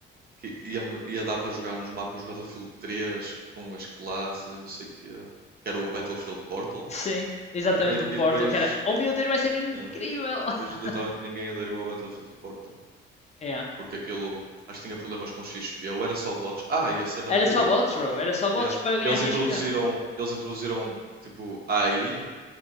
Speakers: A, on the right; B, on the left.
A: que ia, ia dar para jogar nos mapas do Battlefield 3 com as classes e não sei o quê, que era o Battlefield Portal.
B: Sim, exatamente
A: E depois,
B: o Portal,
A: e depois,
B: que era, oh meu Deus, vai ser incrível!
A: é,
B: <laughs>
A: depois literalmente ninguém aderiu ao Battlefield Portal,
B: É.
A: porque aquilo acho que tinha problemas com XP, ou era só bots. Ah, e a cena,
B: Era
A: ui,
B: só bots, bro, era só bots
A: yeah.
B: para ganhar
A: E eles
B: XP.
A: introduziram, eles introduziram tipo AI